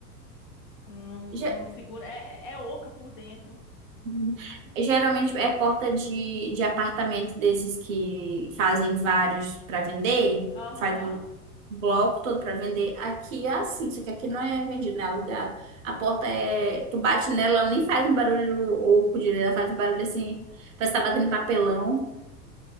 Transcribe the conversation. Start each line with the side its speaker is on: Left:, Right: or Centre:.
Left: não,
Right: Já-
Left: não segura. É, é é oca por dentro.
Right: Uhum. Geralmente é porta de, de apartamento desses que fazem vários para vender,
Left: Aham.
Right: faz um bloco todo para vender. Aqui é assim, só que aqui não é vendido, né? É alugado. A porta é. Tu bate nela, ela nem faz um barulho oco direito, ela faz um barulho assim, parece que tá batendo em papelão.